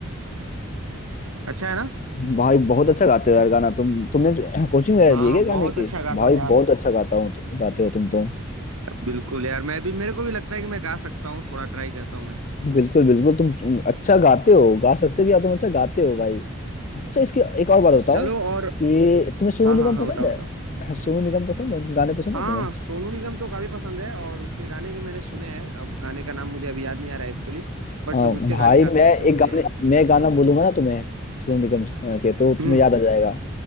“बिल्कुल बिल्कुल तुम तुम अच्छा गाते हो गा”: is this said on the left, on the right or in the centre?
Left